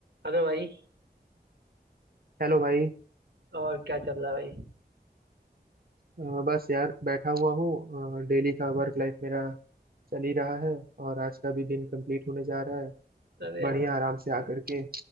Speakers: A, on the right; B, on the right.
A: हेलो भाई
B: Hello भाई
A: और क्या चल रहा है भाई
B: अ, बस यार बैठा हुआ हूँ अ, डेली का वर्क लाइफ मेरा चल ही रहा है और आज का भी दिन कंप्लीट होने जा रहा है
A: अरे
B: बढ़िया
A: हाँ
B: आराम से आकर के